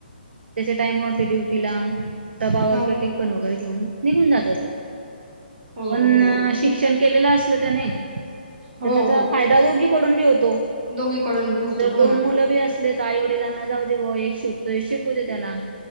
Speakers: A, on the right (about 75°); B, on the right (about 55°).
A: त्याच्या टायमावरती ड्युटी ला डबा
B: हो
A: वगैरे टीपन वगैरे घेऊन, निघून जाता तू
B: हो
A: पण
B: हो
A: शिक्षण केलेलं असल त्याने
B: हो
A: तर त्याचा
B: हो.
A: फायदा दोघीकडून बी होतो
B: दोघीकडून बी होतो
A: जर
B: हो
A: दोन
B: ना.
A: मुलं बी अस आपलेच आई वडिलांना जाऊ दे बाबा एक शिकतोय शिक त्याला